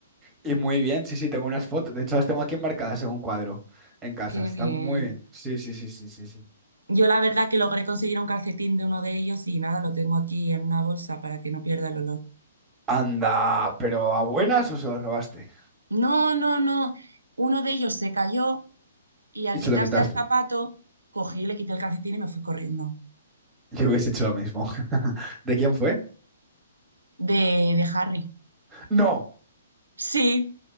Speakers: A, on the right (about 15°); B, on the right (about 75°).
A: Y muy bien, sí, sí, tengo unas fotos. De hecho, las tengo aquí enmarcadas en un cuadro en casa.
B: Qué
A: Están
B: bien.
A: muy bien. Sí, sí, sí, sí, sí, sí.
B: Yo la verdad que logré conseguir un calcetín de uno de ellos y nada, lo tengo aquí en una bolsa para que no pierda el olor.
A: Anda, pero ¿a buenas o se lo robaste?
B: No, no, no. Uno de ellos se cayó y al
A: Y se
B: quitarse
A: lo quitaste.
B: el zapato, cogí, le quité el calcetín y me fui corriendo.
A: Yo hubiese hecho lo mismo. <laughs> ¿De quién fue?
B: De, de Harry.
A: No,
B: Sí.